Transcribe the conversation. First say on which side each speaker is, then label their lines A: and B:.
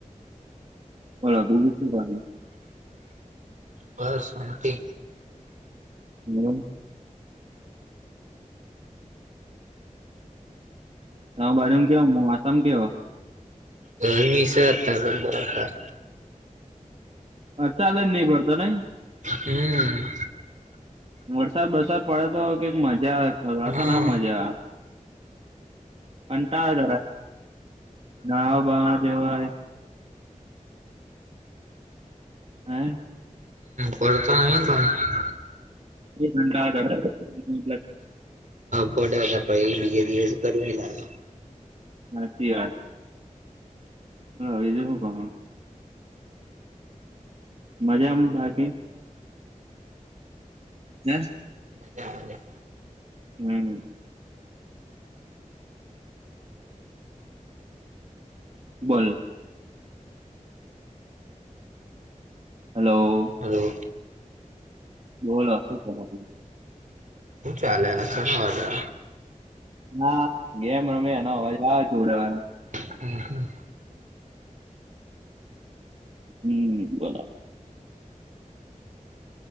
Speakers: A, on the right (about 45°); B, on the right (about 65°).
A: બોલો બીજુ શુ કરે
B: બસ શાંતિ
A: <inaudible> હા બાજુમ કેવા મોસામ કેવા
B: ગરમી છે, અત્યારે ત બરાબર
A: વરસાદ જ ની પડતો નય
B: હમ
A: વરસાદ બરસાદ પડે તો કઈક મજા <unintelligible>
B: હા
A: આ ના મજા અને ક જાર હાવ ભાવ જેવા <inaudible>
B: પરતા નહી ભાઈ
A: <unintelligible>
B: પડ હતા એ બીજે દિવસ ગરમી લાગે
A: હાચી વાત <unintelligible> મજામા બાકી હ
B: મજા મજા
A: હમ્મ બોલ હલો
B: હલો
A: બોલો શું કરો -
B: હું ચાલે આસલ હવા
A: હા ગેમ રમી ન અવાજ જો ઉડેવા
B: હમ્મ હમ્મ
A: હમ્મ બોલો